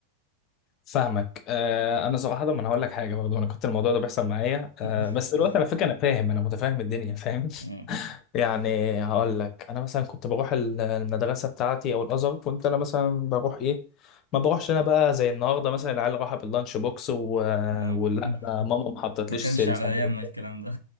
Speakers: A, on the left; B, on the right.
A: فاهمك آه انا صراحه ما انا هقول لك حاجه برضه انا كنت الموضوع ده بيحصل معايا
B: <laughs>
A: آه بس دلوقتي على فكره انا فاهم انا متفاهم الدنيا فاهم
B: مم.
A: <laughs> يعني هقول لك انا مثلا كنت بروح ال- المدرسه بتاعتي او الازهر كنت انا مثلا بروح ايه ما بروحش انا بقى زي النهارده مثلا العيال راحه باللانش بوكس و...
B: مم.
A: ولا
B: <laughs>
A: ده ماما ما حطتليش
B: ما كانش
A: السندوتشات
B: على ايامنا الكلام ده